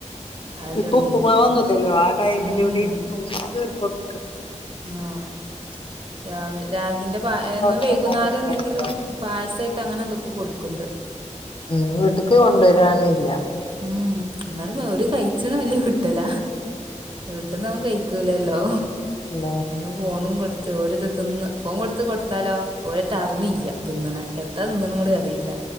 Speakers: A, on the right; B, on the left.
A: അതെല്ലേ
B: ഇപ്പൊ
A: ഉള്ളേന്
B: ഉപ്പുമാവൊന്നുല്ലല്ലോ ആ ടൈമില്
A: ഉം
B: എവിടെയും <unintelligible> കൊടു
A: ആഹ് രാവി രാഗിന്റെ
B: ഓൽക്ക്
A: എന്നും
B: അവിടുന്ന്
A: വൈകുന്നേരം
B: തിന്നാൻ കൊടുക്കാണല്ലോ
A: എന്തെങ്കിലും പായസായിട്ട് അങ്ങനെ എന്തൊക്കെ കൊടുക്കണ്ട്
B: ഉം വീട്ടക്ക് കൊണ്ടുവരാനില്ല
A: ഉം എന്നാലും ഓര് കഴിച്ചണ് വെല്യ കിട്ടല വീട്ട്ന്ന് അഹും കഴിക്കൂലല്ലോ
B: ഉം
A: നമ്മള് ഫോണും കൊടുത്ത് ഓരത്ത് തിന്ന് ഫോൺ കൊടുത്ത് കൊടുത്താലോ ഓരൊറ്റ അറിണില്ല തിന്നണത് എ എത്താ തിന്നണെ കൂടി അറിയില്ല